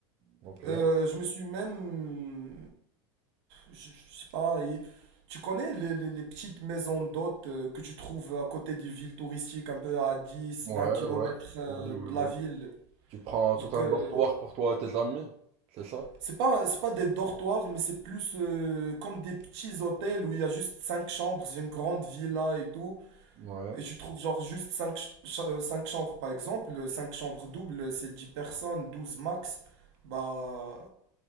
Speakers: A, on the right; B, on the right.
A: Ok.
B: Euh,
A: Ouais,
B: je me suis même... Je, je sais pas, il- tu connais les, les- les petites maisons d'hôtes euh, que tu trouves à côté des villes touristiques, un peu à dix,
A: ouais.
B: 20 kilomètres euh,
A: Oui, oui,
B: de
A: oui.
B: la ville.
A: Tu prends tout
B: Donc,
A: un
B: euh,
A: dortoir pour toi et tes amis, c'est ça?
B: c'est pas, c'est pas des dortoirs, mais c'est plus euh, comme des petits hôtels où il y a juste 5 chambres, c'est une grande villa et tout.
A: Ouais,
B: Et tu trouves genre juste cinq cinq chambres par exemple, euh, 5 chambres doubles, euh, c'est 10 personnes, 12 max. Bah,